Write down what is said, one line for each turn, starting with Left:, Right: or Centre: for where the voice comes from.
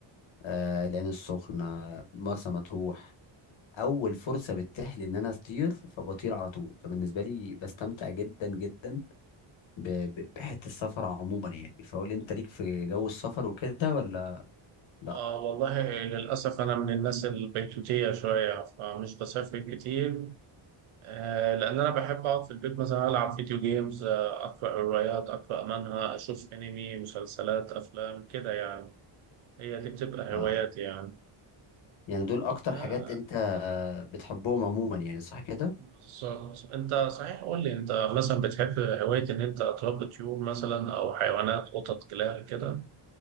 Left: آه العين السخنه مرسى مطروح اول فرصه بتتيح لي ان انا اطير فبطير على طول فبالنسبه لي بستمتع جدا جدا ب- ب- بحته السفر عموما يعني فقول لي انت ليك في جو السفر وكده ولا لا
Right: آه والله للأسف أنا من الناس البيتوتية شوية فمش بسافر كتير آه لأن أنا بحب أقعد في البيت مثلا ألعب فيديو جيمز آه أقرأ روايات أقرأ منها أشوف أنمي مسلسلات أفلام كده يعني هي دي بتبقى
Left: آه.
Right: هواياتي يعني
Left: يعني دول اكتر
Right: آه
Left: حاجات انت آه، بتحبهم عموما يعني صح كده <laughs>
Right: بالظبط أنت صحيح قول لي أنت مثلا بتحب هواية إن أنت تربي طيور مثلا أو حيوانات قطط كلاب كده؟